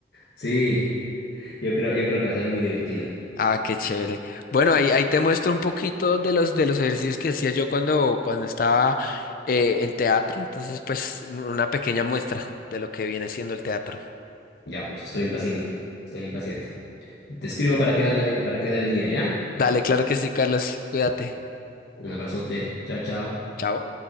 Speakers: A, on the left (about 65°); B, on the left (about 50°).
A: Sí, yo creo, yo creo que va a ser muy divertido.
B: Ah, qué chévere. Bueno, ahí, ahí te muestro un poquito de los, de los ejercicios que hacía yo cuando, cuando estaba eh, en teatro. Entonces, pues, una pequeña muestra de lo que viene siendo el teatro.
A: Ya, pues, estoy impaciente, estoy impaciente. Te escribo para quedar, la- para quedar el día, ¿ya?
B: Dale, claro que sí, Carlos. Cuídate.
A: Un abrazote, chao, chao.
B: Chao.